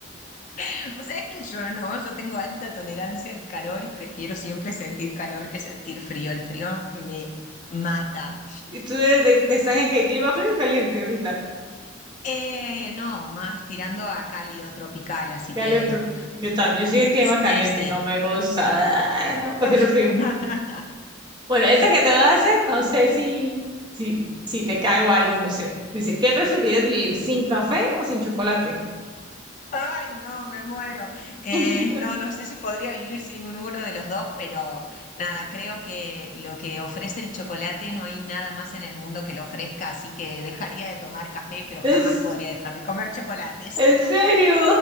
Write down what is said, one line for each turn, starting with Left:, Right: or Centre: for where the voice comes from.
Left: <laughs> Vos sabés que yo no, yo tengo alta tolerancia al calor y prefiero siempre sentir calor que sentir frío. El frío me mata.
Right: ¿Y tú eres de, de- estás en qué clima frío o caliente ahorita?
Left: Eh, no, más tirando a cálido tropical, así
Right: Caliente.
Left: que
Right: Yo también, yo soy de clima
Left: sí,
Right: caliente
Left: sí.
Right: y no me gusta. Ay, No, prefiero
Left: <laughs>
Right: el frío. Bueno, esa que te voy a hacer, no sé si, si, si te cae o algo, no sé. Dice, ¿qué preferirías vivir sin café o sin chocolate?
Left: Ay, no, me muero. Eh,
Right: <laughs>
Left: no, no sé si podría vivir sin uno de los dos, pero nada, creo que lo que ofrece el chocolate no hay nada más en el mundo que lo ofrezca, así que dejaría de tomar café, pero
Right: ¿Es,
Left: jamás podría dejar de comer chocolates.
Right: en serio?